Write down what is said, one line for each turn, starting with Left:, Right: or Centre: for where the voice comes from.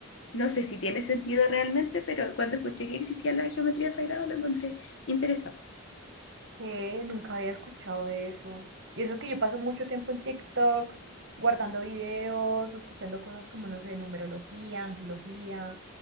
Left: No sé si tiene sentido realmente, pero cuando escuché que existía la geometría sagrada lo encontré interesante.
Right: Eh, nunca había escuchado de eso. Y eso que yo paso mucho tiempo en TikTok, guardando videos, o escuchando cosas como, no sé, numerología, angelología,